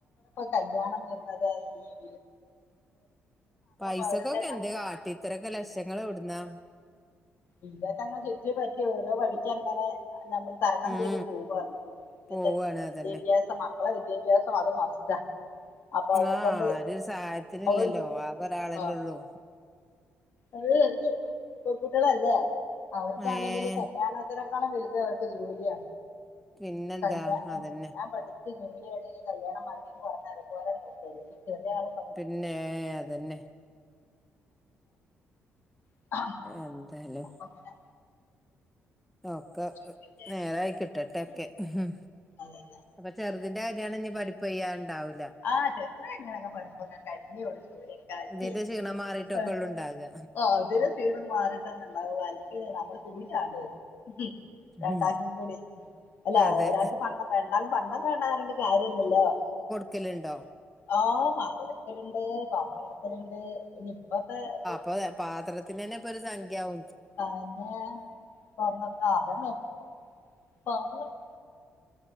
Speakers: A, on the left (about 55°); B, in the centre.
A: കല്ല്യാണം വരുന്നതായിരിക്കും
B: പൈസക്കൊക്കെ
A: പോരല്ലേ നമുക്ക്
B: എന്ത് കാട്ടി ഇത്രൊക്കെ ലക്ഷങ്ങൾ എവിടുന്നാ
A: ഇതൊക്കന്നെ ചുറ്റി പറ്റി ഓരോ വഴിക്ക് അങ്ങനെ അല്ലാണ്ട് തരണം
B: ഉം
A: ചെയ്ത് പോവാണ്
B: പോവാണ്
A: എന്താ
B: അതന്നെ
A: വിദ്യാഭ്യാസം മക്കളെ വിദ്യാഭ്യാസം അത് മസ്റ്റാ അപ്പൊ അതിനെക്കൊണ്ട്
B: ആഹ് ആരു സഹായത്തിന്
A: അവർ
B: ഇല്ലല്ലോ ആകെ ഒരാളെല്ലേ
A: ആഹ്
B: ഉള്ളൂ
A: അത് എനിക്ക് പെൺകുട്ടികളല്ലേ അവർക്കാണെങ്കിൽ
B: ഏഹ്
A: കല്യാണ എത്രക്കാളം വലുത് അവർക്ക് ജോലിയാ
B: പിന്നെന്താ
A: കല്യാ ആ
B: അതന്നെ
A: ഞാൻ പഠ ച്ച് ജോലിയായിട്ട് കല്യാണം മദിന്ന് പറഞ്ഞ് അതേ പോലെ മുത്തത് ഈ ചെറിയ ആള്
B: പിന്നെ അതന്നെ
A: ആഹ്
B: എന്താലും
A: അങ്ങനെ
B: ഒ ക്കെ
A: ചിന്തിക്കാനും
B: നേരായി കിട്ടട്ടൊക്കെ ഉ
A: അതെന്നെ
B: അപ്പൊ ചെറുതിന്റെ കല്യാണം ഇനി പഠിപ്പ് കഴിയ്യാണ്ട് ഉണ്ടാവില്ല
A: ആഹ് ചെറുത് റ്റ് എങ്ങനൊക്കെ പഠിപ്പ് ഒക്കെ കഴിഞ്ഞുള്ളുജോലി <unintelligible>
B: ഇതിന്റെ ക്ഷീണം മാറിയിട്ടൊക്കെ ഉള്ളു ഉണ്ടാകുക
A: അതിരെ സീ ണം മാറിട്ട്ന്നെ ഉണ്ടാവും അല്ലെങ്ക നമ്മള് തൂങ്ങി ചാവേണ്ടി വരും രണ്ടാക്കും
B: ഉം
A: കൂടി അല്ല
B: അതെ
A: ഒരാൾക്ക് പണ്ടം വേണ്ടാലും പണ്ടംവേണ്ടാന്ന് പറഞ്ഞിട്ട് കാര്യല്ലല്ലോ
B: ഒക്കലുണ്ടോ
A: ആഹ് പാത്രം കൊടുക്കലുണ്ട് പാത്രം കൊടുക്കലുണ്ട് ഇനി ഇപ്പത്തെ റൂ
B: ഇപ്പൊ പാത്ര തിന് തന്നെ ഒരു സംഖ്യാവും
A: <unintelligible>